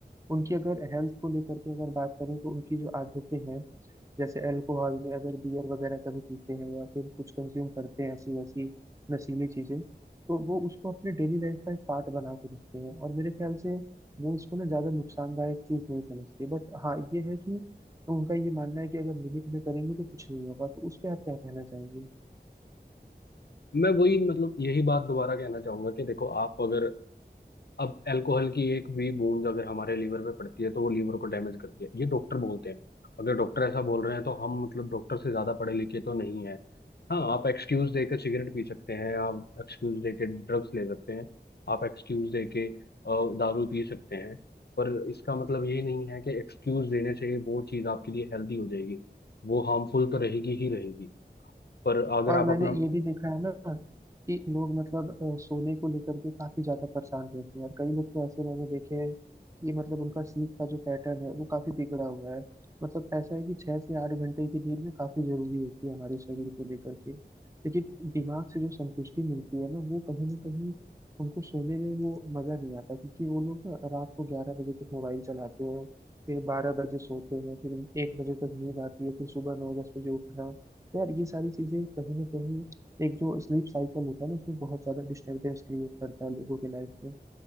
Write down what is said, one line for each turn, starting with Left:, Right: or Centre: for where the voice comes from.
Right: उनकी अगर हेल्थ को लेकर के अगर बात करें तो उनकी जो आदतें हैं जैसे अल्कोहल में अगर बियर वगैरह कभी पीते हैं या फिर कुछ कंज्यूम करते हैं ऐसी वैसी नशीली चीजें तो वो उसको अपने डेली लाइफ का एक पार्ट बना के रखते हैं और मेरे ख्याल से वो उसको ना ज्यादा नुकसानदायक चीज नहीं समझते बट हाँ ये है कि उनका ये मानना है कि अगर लिमिट में करेंगे तो कुछ नहीं होगा तो उस पर आप क्या कहना चाहेंगे
Left: है मैं वही मतलब यही बात दोबारा कहना चाहूंगा कि देखो आप अगर अब अल्कोहल की एक भी बूंद अगर हमारे लीवर पे पड़ती है तो वो लीवर को डैमेज करती है ये डॉक्टर बोलते हैं अगर डॉक्टर ऐसा बोल रहे हैं तो हम मतलब डॉक्टर से ज्यादा पढ़े लिखे तो नहीं है हाँ आप एक्सक्यूज देके सिगरेट पी सकते हैं आप एक्सक्यूज देके ड्रग्स ले सकते हैं आप एक्सक्यूज देके अ, दारू पी सकते हैं पर इसका मतलब ये नहीं है कि एक्सक्यूज देने से वो चीज आपके लिए हेल्दी हो जाएगी वो हार्मफुल तो रहेगी ही रहेगी पर अगर
Right: और
Left: आप
Right: मैंने
Left: अपना
Right: ये भी देखा है ना कि लोग मतलब अ, सोने को लेकर के काफी ज्यादा परेशान रहते हैं और कई लोग तो ऐसे मैंने देखे हैं कि मतलब उनका स्लीप का जो पैटर्न है वो काफी बिगड़ा हुआ है मतलब ऐसा है कि छह से आठ घंटे की नींद ना काफी जरूरी होती है हमारे शरीर को लेकर के लेकिन दिमाग से जो संतुष्टि मिलती है ना वो कहीं ना कहीं उनको सोने में वो मजा नहीं आता क्योंकि वो लोग ना रात को ग्यारह बजे तक मोबाइल चलाते हैं फिर बारह बजे सोते हैं फिर एक बजे तक नींद आती है फिर सुबह नौ दस बजे उठना यार ये सारी चीजें कहीं ना कहीं एक जो स्लीप साइकिल होता है ना उसमें बहुत ज्यादा डिस्टरबेंस क्रिएट करता है लोगों के लाइफ में